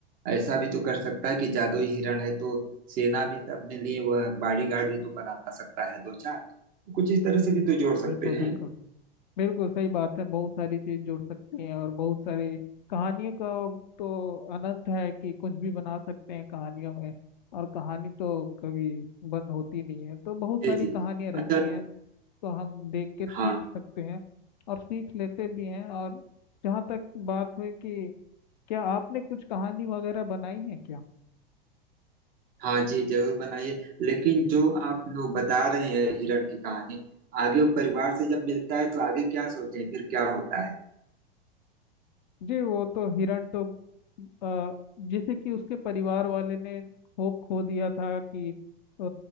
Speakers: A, on the right (about 30°); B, on the left (about 50°).
A: ऐसा भी तो कर सकता है कि जादुई हिरण है तो सेना भी तो अपने लिए वह बॉडीगार्ड भी तो बना सकता है दो चार कुछ इस तरह
B: हम्म
A: से भी तो जोड़ सकते
B: बिल्कुल
A: हैं
B: बिल्कुल बिल्कुल सही बात है बहुत सारी चीज जुड़ सकती हैं और बहुत सारी कहानियों का तो अनंत है कि कुछ भी बना सकते हैं कहानियों में और कहानी तो कभी बंद होती नहीं है तो बहुत
A: जी
B: सारी
A: जी
B: कहानियां रहती
A: अच्छा
B: हैं तो हम देख कर सीख
A: हाँ
B: सकते हैं और सीख लेते भी हैं और जहाँ तक बात हुई कि क्या आपने कुछ कहानी वगैरह बनाई है क्या
A: हाँ जी जरूर बनाइए लेकिन जो आप लोग बता रहे हैं हिरण की कहानी आगे वो परिवार से जब मिलता है तो आगे क्या सोचें फिर क्या होता है
B: जी वो तो हिरण तो अ, जैसे कि उसके परिवार वाले ने होप खो दिया था कि अ,